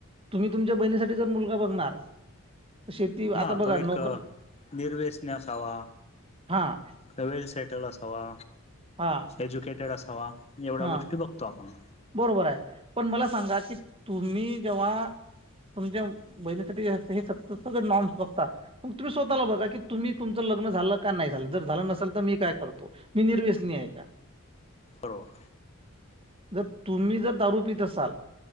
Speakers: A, on the right; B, on the left.
A: तुम्ही तुमच्या बहिणीसाठी जर मुलगा बघणार शेती
B: हा
A: आता बघा
B: तो
A: नोकर
B: एक निर्व्यसनी असावा
A: हां
B: वेल सेटल असावा,
A: हां
B: एज्युकेटेड असावा एवढ्या
A: हां
B: गोष्टी बघतो आपण.
A: बरोबर आहे, पण मला सांगा की तुम्ही जेव्हा तुमच्या बहिणीसाठी हे सगळे नॉर्म्स बघता मग तुम्ही स्वतःला बघा की तुम्ही तुमचं लग्न झालं का नाही झालं जर झालं नसेल तर मी काय करतो. मी निर्व्यसनी आहे का?
B: बरोबर.
A: जर तुम्ही जर दारू पित असाल